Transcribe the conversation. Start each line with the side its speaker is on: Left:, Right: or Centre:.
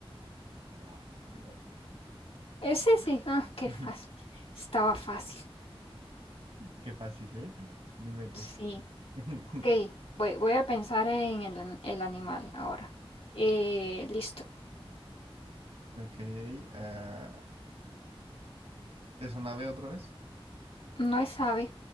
Right: Ah, pues te odio.
Left: Es ese. sí.
Right: <laughs>
Left: Ah,
Right: Sí,
Left: qué fácil. Estaba fácil.
Right: qué fácil, ¿eh? No inventes.
Left: Sí.
Right: <laughs>
Left: Ok, voy, voy a pensar en el, an- el animal ahora. Eh, listo.
Right: Ok, ah, ¿es un ave otra vez?
Left: No es ave.